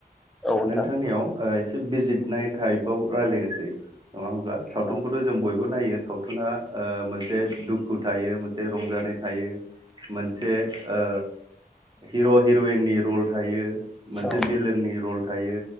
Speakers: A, in the centre; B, on the right.
A: औ नोंथां
B: नोंथांनियाव ओ एसे बिजिरनाय थायोबाव रायलायनोसै नङा हब्ला सावथुनखौथ
A: औ
B: जों बयबो नायो सावथुना ओ मोनसे दुखु थायो मोनसे रंजानाय थायो मोनसे ओ हिर' हिरइननि रल थायो मोनसे
A: औ
B: बिलोननि रल बियो